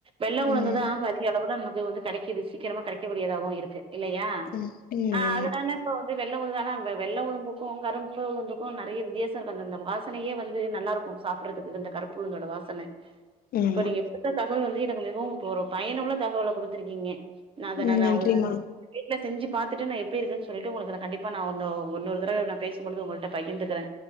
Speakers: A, on the right; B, on the left.
A: வெள்ள உளுந்துதா
B: ம்
A: இப்ப அதிக அளவுல நமக்கு வந்து கெடைக்குது சீக்கிரமாவு கெடைக்கக்கடியதாவு இருக்கு இல்லையா
B: ம் ம்
A: ஆ
B: ஆமா
A: அதனால இப்ப வந்து வெள்ள உளுந்து ஆனா வெ வெள்ள உளுந்துக்கு, கருப்பு உளுந்துக்கு நெறைய வித்தியாசம் இருக்கு அந்த அந்த வாசனையே வந்து நல்லா இருக்கு சாப்ட்றதுக்கு இந்த கருப்புளுந்தோட வாசன இப்ப
B: ஆமா
A: நீங்க குடுத்த தகவல் வந்து எனக்கு மிகவு இப்ப ஒரு பயனுள்ள தகவல குடுத்துருக்கீங்க நா அத
B: ம்
A: நா அத
B: நன்றிமா
A: வு வீட்ல செஞ்சு பாத்துட்டு நா எப்டி இருக்குன்னு சொல்லிட்டு உங்களுக்கு நா கண்டிப்பா நா ஒன்னோ ஒன்னொரு தடவ நா பேசும்பொழுது உங்கள்ட்ட பகிர்ந்துக்கிறே